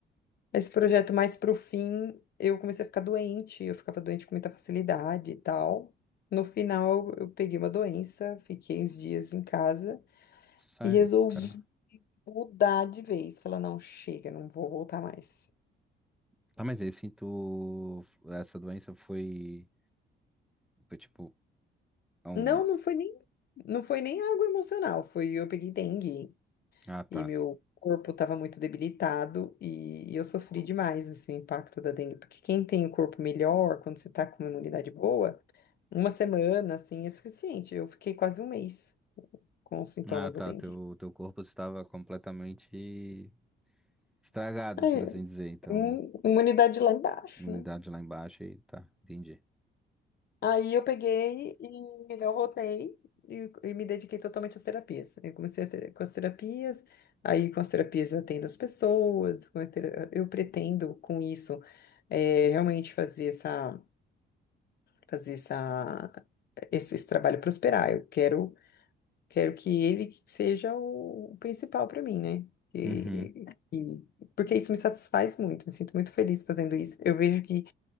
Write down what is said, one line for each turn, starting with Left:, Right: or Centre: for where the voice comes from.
Left: Esse projeto mais pro fim, eu comecei a ficar doente, eu ficava doente com muita facilidade e tal. No final, eu eu peguei uma doença, fiquei uns dias em casa
Centre: Sério,
Left: e resolvi
Centre: caramba.
Left: mudar de vez. Falar, não, chega, não vou voltar mais.
Centre: Tá, mas aí assim, tu. Essa doença foi. Foi tipo. É um-
Left: Não, não foi nem, não foi nem algo emocional, foi eu peguei dengue
Centre: Ah, tá.
Left: e meu corpo estava muito debilitado e, e eu sofri demais assim, o impacto da dengue, porque quem tem o corpo melhor, quando você está com uma imunidade boa, Uma semana, assim, é suficiente. Eu fiquei quase um mês com os sintomas
Centre: Ah, tá.
Left: da dengue.
Centre: Teu, teu corpo estava completamente estragado,
Left: Aí,
Centre: por assim dizer. Então,
Left: im- imunidade lá embaixo,
Centre: imunidade
Left: né?
Centre: lá embaixo e tá, entendi.
Left: Aí eu peguei e não voltei e, e me dediquei totalmente às terapias. Eu comecei a ter, com as terapias, aí com as terapias eu atendo as pessoas, com a tera- eu pretendo com isso eh, realmente fazer essa, fazer essa, esse, esse trabalho prosperar. Eu quero Quero que ele que seja o, o principal para mim, né? E,
Centre: Uhum.
Left: e- porque isso me satisfaz muito, me sinto muito feliz fazendo isso. Eu vejo que